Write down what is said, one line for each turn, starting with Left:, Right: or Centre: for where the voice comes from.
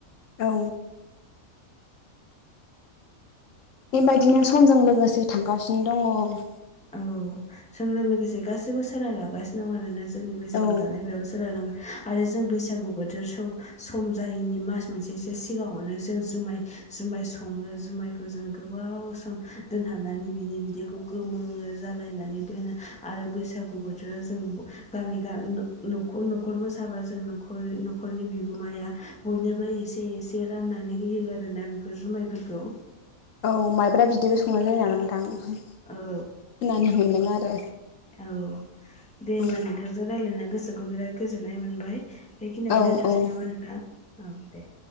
Left: औ बेबायदिनो समजों लोगोसे थांगासिनो दङ
Centre: औ समजों लोगोसे गाससिबो सोलायलांगासिनो दं आरोना जोंनि बैसागु
Left: औ
Centre: जानायफोराबो सोलायलांग आरो जों बैसागु बोथोर स सम जायैनि मास मोनसेसो सिगाङावनो जों जुमाय जुमाय सङो जुमायखौ जों गोबाव सम दोनहाबनानै बिनि बिदैखौ गोमो जालायनानै दोनो आरो बैसागु बोथोराव जों गामि न'खर मोसाबा जोंखर न'खरनि बिगोमाया बयनोबो एसे एसे जे राननानै होयो आरोना बेफोर जुमायफोरखौ
Left: औ माइब्रा बिदिबो संनाय जायो नालाय नोंथां
Centre: औ
Left: खोनानो मोनदों आरो
Centre: औ दे होमबा
Left: उम
Centre: नोंथां जों रायज्लायनो गोसोखौ बिराद गोजोन्नाय मोनबाय बेखिनियावनो
Left: औ
Centre: दोनथ'नोसै
Left: औ
Centre: नामा नोंथां औ दे